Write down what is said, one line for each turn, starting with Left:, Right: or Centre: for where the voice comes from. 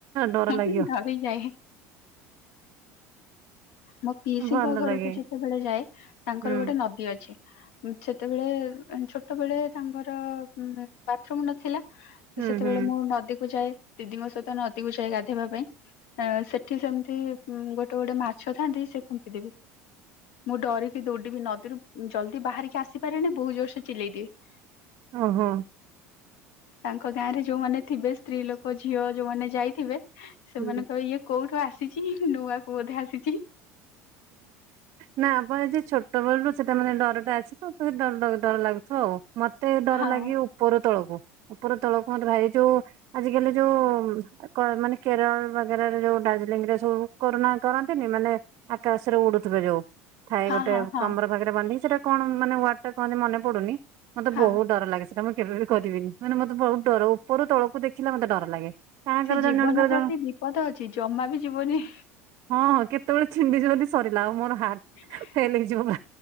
Right: ଡର ଲାଗିବ।
Left: ମୁଁ ଡରି ଯାଏ। ମୋ ପିଇସିିଙ୍କ
Right: ଭଲ
Left: ଘରକୁ
Right: ଲାଗେ
Left: ଯେତେବେଳେ ଯାଏ ତାଙ୍କର
Right: ହୁଁ
Left: ଗୋଟେ ନଦୀ ଅଛି। ସେତେବେଳେ ଛୋଟବେଳେ ତାଙ୍କର ବାଥରୁମ ନଥିଲା।
Right: ହୁଁ
Left: ସେତେବେଳେ
Right: ହୁଁ
Left: ମୁଁ ନଦୀକୁ ଯାଏ। ଦିଦିଙ୍କ ସହିତ ନଦୀକୁ ଯାଏ ଗାଧେଇବା ପାଇଁ ଅ ସେଠି ସେମିତି ଗୋଟେ ଗୋଟେ ମାଛ। ଛ ଥାନ୍ତି ସେ ଖୁମ୍ପି ଦେବେ। ମୁଁ ଡରିକି ଦୌଡିବି ନଦୀରୁ ଜଲଦି ବାହାରିକି ଆସିପାରେନି ବହୁତ ଜୋର ସେ ଚିଲେଇ ଦିଏ। <unintelligible>
Right: ଓହୋ।
Left: ତାଙ୍କ ଗାଁ ରେ ଯୋଉମାନେ ଥିବେ ସ୍ତ୍ରୀ ଲୋକ ଝିଅ ଯୋଉମାନେ ଯାଇଥିବେ। ସେମାନେ
Right: ହୁଁ।
Left: କହିବେ ଇଏ କୋଉଠୁ ଆସିଛି ନୂଆ କୁ ବୋଧେ ଆସିଛି।
Right: ନା ଆପଣ ଏ ଯୋଉ ଛୋଟ ବେଳରୁ ସେଟା ମାନେ ଡରଟା ଆଛି ସେଥିପାଇଁ ଡର ଡର ଡର ଲାଗୁଛି। ହଉ ମତେ ଡର
Left: ହଁ
Right: ଲାଗିବ ଉପର ତଳକୁ। ଉପର ତଳକୁ ମତେ ଭାଇି ଯୋଉ ଆଜିକାଲି ଯୋଉ। ମାନେ କେରଳ ବାଗରାରେ ଯୋଉ ଦାର୍ଜିଲିଂ ରେ ସବୁ କରୋନା କରନ୍ତିନି ମାନେ। ଆକାଶରେ ଉଡୁଥିବେ ଯୋଉ ଥାଏ
Left: ହଁ
Right: ଗୋଟେ
Left: ହଁ ହଁ
Right: କମର ପାଖରେ ବାନ୍ଧିକି ସେଇଟା। କଣା ମାନେ ୱାର୍ଡ ଟା କହନ୍ତି ମନେ ପଡୁନି ମତେ
Left: ହଁ।
Right: ବହୁତଡର ଲାଗେ ସେଟା ମୁଁ କେବେ। କରିବିନି ମାନେ ମତେ ବହୁତ ଡର ଉପରୁ ତଳକୁ ଦେଖିଲ ମତେ ଡର। ଲାଗେ। କାହାଙ୍କର
Left: ସେ
Right: ଜଣ
Left: ଜୀବନ
Right: ଜଣଙ୍କର
Left: ପ୍ରତି
Right: ଜଣ
Left: ବିପଦ ଅଛି ଜମା ବି ଯିବନି।
Right: ହଁ ହଁ କେତେବେଳେ ଛିଣ୍ଡିଛି ଯଦି ସରିଲା ଆଉ ମୋର ହାଟ।
Left: <inaudible>
Right: ଫେଲ ହେଇଯିବ ବା